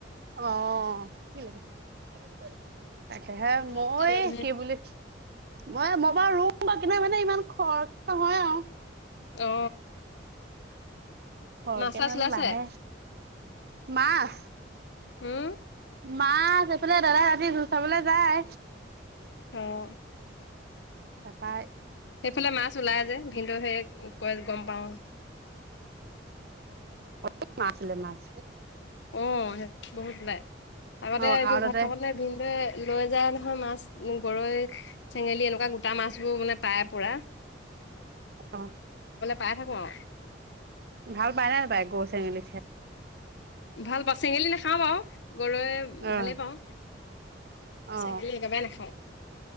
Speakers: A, on the right (about 55°); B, on the left (about 70°).
A: অ' দেখিলে তাকে হে, মই
B: এতিয়া মানুহে
A: কি বুলি? মই, মই বাৰু ৰুম বা কিনে মানে ইমান খৰচ নহয় আৰু।
B: অ,।
A: সৰকে
B: মাছ চাছ
A: ন জানো
B: ওলাইছে
A: লাহে, মাছ।
B: হুম?
A: মাছ, এইফালে দাদা ৰাতি জু চাবলৈ যায়।
B: অ'।
A: তাকায়
B: সেইফালে মাছ ওলাই যে, ভিনদই সেই কৈ গম পাওঁ।
A: মাছ আছিলে, মাছ।
B: অ' বহুত নাই, আগতে
A: অ
B: আমি
A: আৰু
B: ঘৰত
A: তাতে
B: থাকোতে ভিনদেউ লৈ যা ন। মাছ গৰৈ, চেঙেলী এনেকুৱা গোটা মাছবোৰ মানে পায় পোৰা।
A: অ,।
B: পাই থাকো আৰু।
A: ভাল পাই নে, নাপাই? গৰৈ, চেঙেলী খাই?
B: ভাল পাওঁ, চেঙেলী নাখাওঁ বাৰু, গৰৈ
A: অ
B: ভালে পাওঁ।
A: অ
B: চেঙেলী একেবাৰে নাখাও।